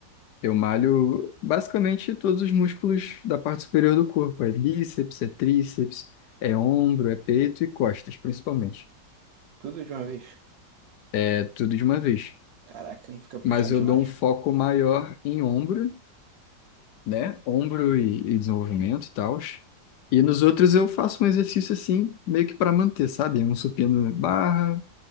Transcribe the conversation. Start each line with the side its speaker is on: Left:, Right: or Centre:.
Left: eu malho basicamente todos os músculos da parte superior do corpo. É bíceps, é tríceps, é ombro, é peito e costas, principalmente.
Right: Tudo de uma vez?
Left: É tudo de uma vez.
Right: Caraca, não fica puxado
Left: Mas
Right: demais?
Left: eu dou um foco maior em ombro, né? Ombro e, e desenvolvimento e tal. E nos outros eu faço um exercício assim, meio que para manter, sabe? Um supino barra